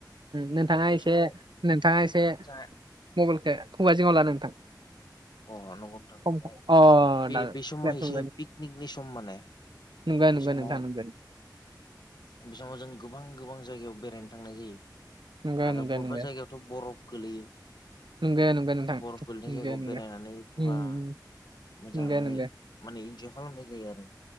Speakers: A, on the right (about 90°); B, on the left (about 70°).
A: नोंथाङा
B: नाथाय बे
A: एसे
B: समाव
A: नोंथाङा
B: पिकनिक
A: एसे
B: जा
A: मबाइलखौ खुगा जिङावला नोंथां
B: अ नंगौ नोंथां
A: खम
B: माने
A: अ
B: बे
A: दा
B: बे समाव
A: नंगौ
B: एसे पिकनिकनि सम माने
A: नंगौ
B: बि
A: नंगौ
B: समाव
A: नोंथां नंगौ
B: बे समाव जों गोबां गोबां जायगायाव बेरायनो थांनाय जायो
A: नंगौ
B: आरो
A: नंगौ
B: बबेबा
A: नंगौ
B: जायगायावथ' बरफ गोलैयो
A: नंगौ नंगौ नोंथां
B: बरफ गोलैनाय
A: नंगौ
B: जायगायाव
A: नंगौ
B: बेरायनानै फुरा
A: उम,
B: मोजाङै
A: नंगौ नंगौ
B: माने इन्जय खालामनाय जायो आरो